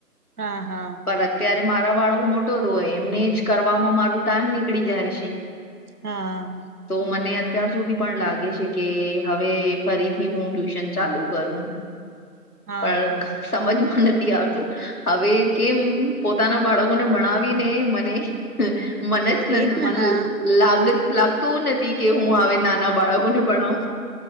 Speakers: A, on the right; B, on the left.
A: હા, હા.
B: અત્યારે મારા બાળકો મોટો તો હોય, એમને જ કરવામાં મારું ટાઈમ નીકળી જાય છે.
A: હા.
B: તો મને અત્યાર સુધી પણ લાગે છે કે હવે ફરીથી હું ટ્યુશન ચાલુ કરું.
A: હા
B: પણ સમજ માં નથી આવતું હવે કેમ પોતાના બાળકોને ભણાવીને મને મને જ
A: એજ
B: નથ
A: ને
B: મન
A: હા
B: લાગ લાગતું નથી કે હું અવે નાના બાળકોને ભણાવુ.